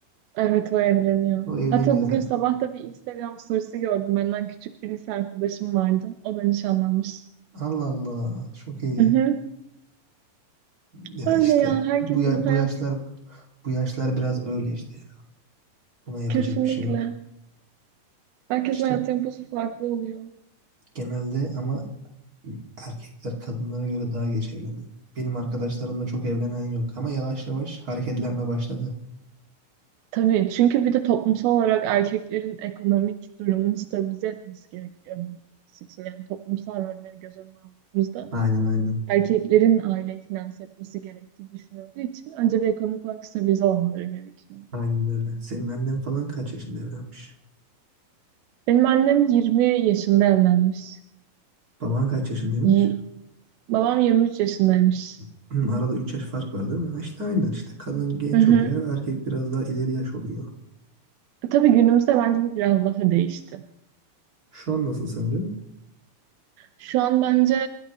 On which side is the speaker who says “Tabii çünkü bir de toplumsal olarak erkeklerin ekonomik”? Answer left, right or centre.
Right